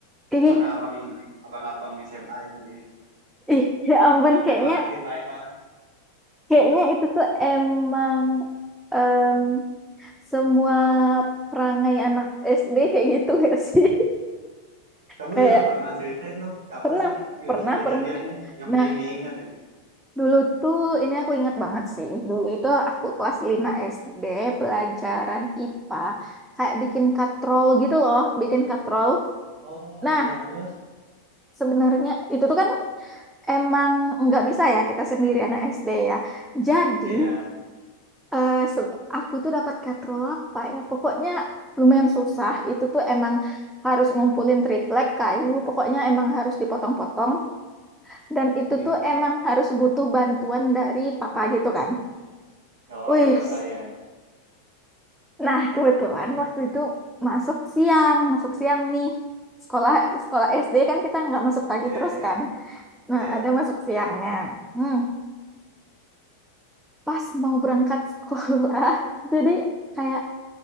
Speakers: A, in the centre; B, on the right.
A: ih,
B: terus ada abang yang beli abang-abang s m a yang beli
A: ih, ya ampun,
B: itu ingat
A: kayaknya
B: banget sih baik banget
A: kayaknya itu tuh emang em, semua perangai anak SD kayak gitu gak sih?
B: kamu
A: <laughs> Kayak
B: juga pernah ceritain loh apa
A: pernah,
B: sih
A: pernah,
B: si kejadiannya
A: pernah.
B: yang
A: Nah,
B: paling diingat ini
A: Dulu tuh, ini aku ingat banget sih. Dulu itu aku kelas 5 SD, pelajaran IPA, kayak bikin katrol gitu loh, bikin katrol.
B: oh
A: Nah,
B: iya terus
A: sebenarnya itu tuh kan emang nggak bisa ya kita sendiri anak SD ya. Jadi,
B: iya
A: eh, se- aku tuh dapat katrol apa ya? Pokoknya lumayan susah. Itu tuh emang harus ngumpulin triplek kayu, pokoknya emang harus dipotong-potong. Dan
B: Hmm.
A: itu tuh emang harus butuh bantuan dari papa gitu kan.
B: ya orang
A: Wih,
B: dewasa ya
A: Nah, kebetulan waktu itu masuk siang, masuk siang nih. Sekolah sekolah SD kan kita nggak masuk pagi
B: iya
A: terus
B: iya
A: kan. Nah,
B: iya
A: ada masuk siangnya. Hmm, pas mau berangkat sekolah, <laughs> jadi kayak